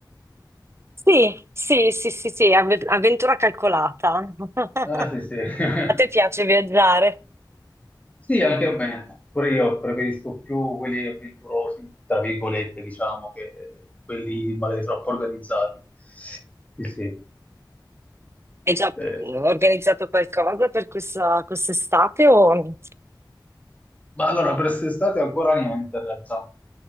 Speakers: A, on the right; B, on the left.
A: Sì, sì, sì, sì, sì, avve- avventura calcolata. <laughs>
B: Ah, sì, sì. <laughs>
A: A te piace viaggiare?
B: Sì, anche a me. Pure io preferisco più quelli avventurosi, tra virgolette, diciamo, che quelli magari troppo organizzati. Sì, sì.
A: Hai già
B: Eh,
A: eh, organizzato qualcosa per questa quest'estate o...
B: Ma allora, per quest'estate ancora niente, in realtà.